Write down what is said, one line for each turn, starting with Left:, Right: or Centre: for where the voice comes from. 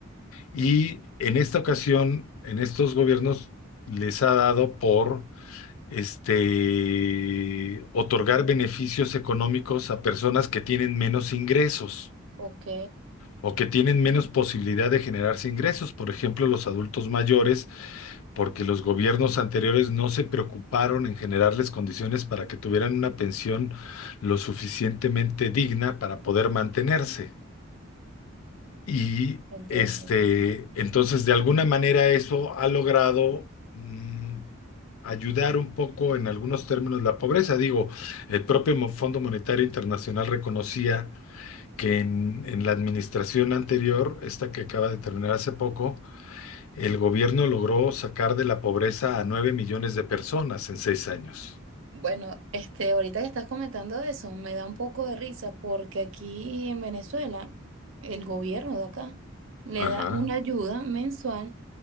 Left: Y en esta ocasión, en estos gobiernos, les ha dado por este, otorgar beneficios económicos a personas que tienen menos ingresos
Right: Ok,
Left: o que tienen menos posibilidad de generarse ingresos, por ejemplo, los adultos mayores, porque los gobiernos anteriores no se preocuparon en generarles condiciones para que tuvieran una pensión lo suficientemente digna para poder mantenerse. Y
Right: entiendo.
Left: este,
Right: comprendo.
Left: entonces, de alguna manera eso ha logrado mm, ayudar un poco en algunos términos la pobreza. Digo, el propio Mo- Fondo Monetario Internacional reconocía que en, en la administración anterior, esta que acaba de terminar hace poco, el gobierno logró sacar de la pobreza a nueve millones de personas en seis años.
Right: Bueno, este, ahorita que estás comentando eso, me da un poco de risa porque aquí en Venezuela, el gobierno de acá le
Left: Ajá,
Right: da una ayuda mensual